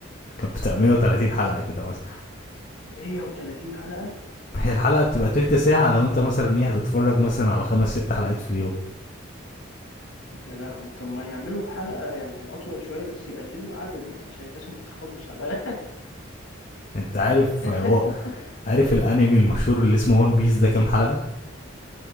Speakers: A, on the left; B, on the left.
A: كان بتاع 130 حلقه كده مثلا
B: 130 حلقة
A: هي الحلقه بتبقى تلت ساعه لو انت مثلا ايه هتتفرج مثلا على خمس ست حلقات في اليوم
B: يا لهوي طب ما يعملوا الحلقة يعني أطول شوية بس يقللوا العدد يعني عشان الناس ما تتخضش على
A: انت عارف
B: <laughs>
A: هو عارف الانمي المشهور اللي اسمه ون بيس ده كام حلقه